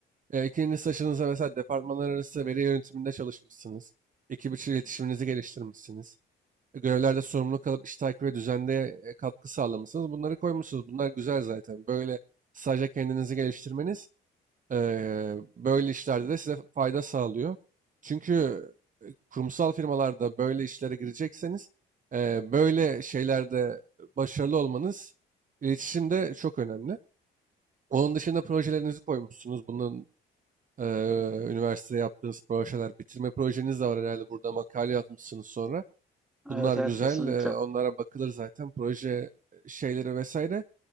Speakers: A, on the right; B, in the centre.
A: E, ikinci saçınıza mesela departmanlar arası veri yönetiminde çalışmışsınız. Ekip içi iletişiminizi geliştirmişsiniz. E, görevlerde sorumluluk alıp iş takibi ve düzende e, katkı sağlamışsınız. Bunları koymuşsunuz. Bunlar güzel zaten. Böyle sadece kendinizi geliştirmeniz e, böyle işlerde de size fayda sağlıyor. Çünkü e, kurumsal firmalarda böyle işlere girecekseniz e, böyle şeylerde başarılı olmanız iletişimde çok önemli. Onun dışında projelerinizi koymuşsunuz. Bunun Eee, üniversitede yaptığınız projeler, bitirme projeniz de var herhalde. Burada makale yapmışsınız sonra. Bunlar
B: Evet evet
A: güzel.
B: kesinlikle.
A: eee, onlara bakılır zaten. Proje şeyleri vesaire.